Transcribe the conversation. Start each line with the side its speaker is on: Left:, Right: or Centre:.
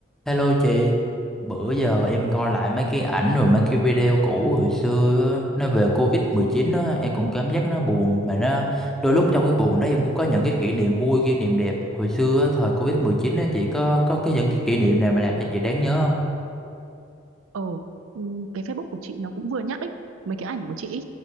Centre: Hello chị, bữa giờ em coi lại mấy cái ảnh rồi mấy cái video cũ hồi xưa á, nó về Covid-19 á, em cũng cảm giác nó buồn mà nó đôi lúc trong cái buồn đó em cũng có những cái kỷ niệm vui, kỷ niệm đẹp. Hồi xưa á, thời Covid-19 á chị có có cái những cái kỷ niệm nào mà làm cho chị đáng nhớ không?
Right: Ờ, ừm, cái Facebook của chị nó cũng vừa nhắc ấy, mấy cái ảnh của chị ấy.